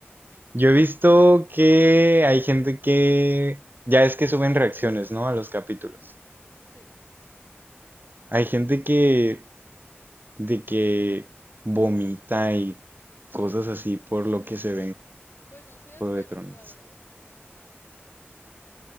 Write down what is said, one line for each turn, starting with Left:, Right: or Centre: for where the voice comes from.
Right: Yo he visto que hay gente que ya es que suben reacciones, ¿no? A los capítulos.
Left: Sí.
Right: Hay gente que de que vomita y cosas así por lo
Left: Mm,
Right: que se ve en
Left: Pues no soy asquerosa,
Right: Juego de Tronos.
Left: la verdad. No,